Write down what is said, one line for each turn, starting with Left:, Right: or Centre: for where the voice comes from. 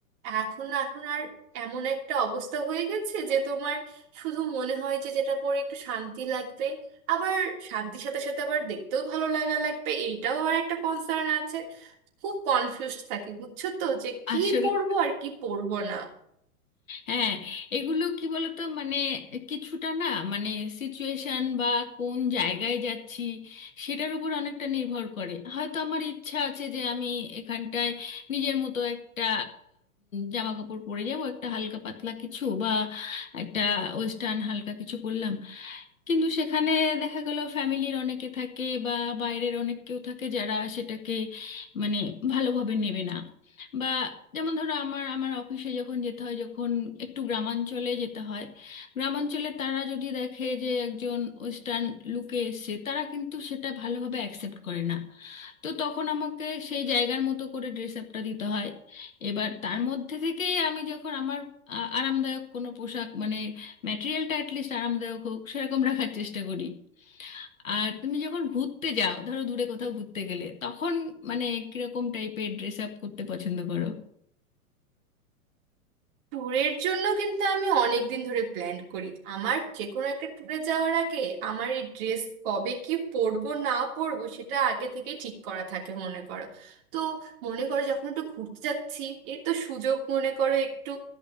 Right: এখন এখন আর এমন একটা অবস্থা হয়ে গেছে যে তোমার শুধু মনে হয় যে যেটা পরে একটু শান্তি লাগবে আবার শান্তির সাথে সাথে আবার দেখতেও ভালো লাগা লাগবে এইটাও আবার একটা কনসার্ন আছে খুব কনফিউজড থাকি বুঝছো তো যে কি
Left: আসলে
Right: পরবো আর কি পরবো না
Left: হ্যাঁ এগুলো কি বলতো মানে কিছুটা না মানে সিচুয়েশন বা কোন জায়গায় যাচ্ছি সেটার উপর অনেকটা নির্ভর করে হয়তো আমার ইচ্ছা আছে যে আমি এখানটায় নিজের মতো একটা জামা কাপড় পরে যাব একটা হালকা পাতলা কিছু বা একটা ওয়েস্টার্ন হালকা কিছু পরলাম কিন্তু সেখানে দেখা গেল ফ্যামিলির অনেকে থাকে বা বাইরের অনেক কেউ থাকে যারা সেটাকে মানে ভালোভাবে নেবে না বা যেমন ধরো আমার আমার অফিসে যখন যেতে হয় যখন একটু গ্রামাঞ্চলে যেতে হয় গ্রামাঞ্চলে তারা যদি দেখে যে একজন ওয়েস্টার্ন লুকে এসছে তারা কিন্তু সেটা ভালোভাবে অ্যাকসেপ্ট করে না তো তখন আমাকে সেই জায়গার মতো করে ড্রেস আপটা দিতে হয় এবার তার মধ্যে থেকেই আমি যখন আমার আ- আরামদায়ক কোনো পোশাক মানে ম্যাটেরিয়ালটা অ্যাটলিস্ট আরামদায়ক হোক সেরকম রাখার চেষ্টা করি আর তুমি যখন ঘুরতে যাও ধরো দূরে কোথাও ঘুরতে গেলে তখন মানে কিরকম টাইপের ড্রেস আপ করতে পছন্দ করো
Right: ট্যুরের জন্য কিন্তু আমি অনেক দিন ধরে প্ল্যান করি আমার যে কোনো একটা ট্যুরে যাওয়ার আগে আমার এই ড্রেস কবে কি পরবো না পরবো সেটা আগে থেকেই ঠিক করা থাকে মনে করো তো মনে করো যখন একটু ঘুরতে যাচ্ছি এই তো সুযোগ মনে করো একটু